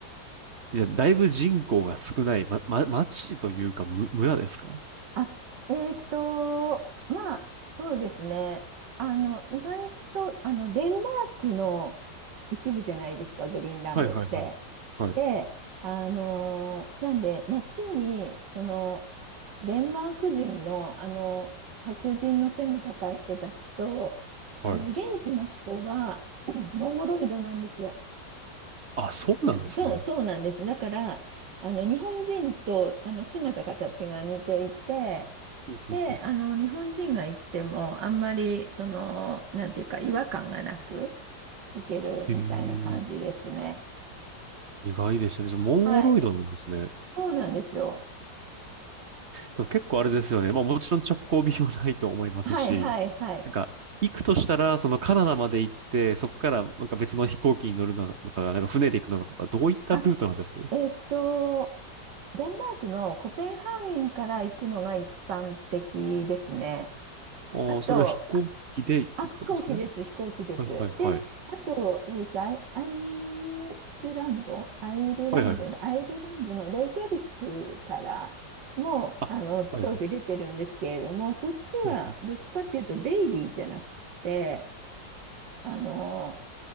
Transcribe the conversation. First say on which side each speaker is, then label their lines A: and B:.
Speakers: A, on the right; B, on the right.
A: じゃあだいぶ人口が少ない、ま、ま、町というか、む、村ですか
B: あ、えっと、まあ、そうですね。あの、意外と、あの、デンマークの一部じゃないですか、グリーンランドって。
A: はいはいはい。はい。
B: で、あのなんで、街に、その、デンマーク人の、あの、白人の背の高い人たちと、あの、
A: はい。
B: 現地の人は、<clears throat> モンゴロイドなんですよ。
A: あ、そうなんですね。
B: うんそう、そうなんです。だから、あの、日本人と、あの、姿形が似ていて、
A: うんうんうん
B: で、あの、日本人が行っても、あんまり、その、なんていうか、違和感がなく行けるみたいな感じですね。
A: へえ意外でしたね。じゃあモンゴロイドなんですね。
B: はい。そうなんですよ。
A: でも結構あれですよね。まあもちろん直行便はないと思いますし、
B: はい、はい、はい。
A: なんか、行くとしたら、そのカナダまで行って、そこからなんか別の飛行機に乗るのか、なんか船で行くのかとか、どういったルートなんです
B: あ、えーっと、デンマークのコペンハーゲンから行くのが一般的ですね。
A: ああ、
B: あと、
A: それは飛行機で行くってことですかね。
B: あ、飛行機です、飛行機です。
A: はいはいはい。
B: で、あと、えっと、アイ、アイスランド、アイルランドだ、
A: はいはい。
B: アイルランドのレイキャビックからも、
A: あ、
B: あの、飛行機出てるんですけれども、
A: はいはい。
B: そっちはどっちかっていうと、
A: うん
B: デイリーじゃなくて、あの、